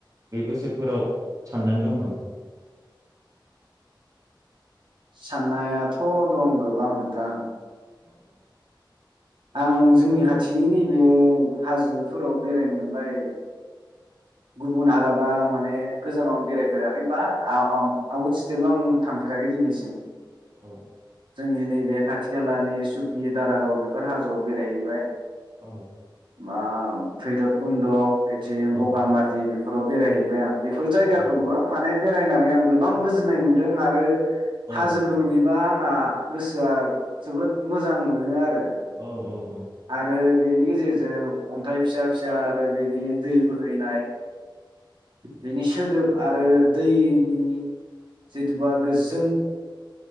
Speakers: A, on the right; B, on the right.
A: बे बोसोरफोराव साननानै दं नामा
B: साननायाथ' दं गोबां नोंथां
A: औ औ
B: आं जोंनि खाथिनि नैबे हाजोफोराव बेरायनो मोनबाय गुबुन आलादा माने गोजानाव आं बेरायफेराखै बा आउट स्टेटाव आं थांफेराखै दिनैसिम
A: औ
B: जोंनि नैबे खाथि खालानि सुकि दारागाव बे बेफोर हाजोआव बेरायहैबाय
A: औ
B: बा बैरुबकुनद' बेथिं
A: औ
B: बगामाति फोराव बेरायहैबाय आं बेफोर जायगाखौबो
A: औ
B: माने बेरायनानै आं गोबां गोजोननाय मोनदों आरो
A: औ
B: हाजोखौ नुयोबा आंहा गोसोआ जोबोद मोजां मोनो आरो
A: औ औ औ
B: आरो बेनि गेजेरजों अन्थाइ फिसा फिसा आरो बेनि दै बोहैनाय बेनि सोदोब आरो दैनि जेथुबा गोजों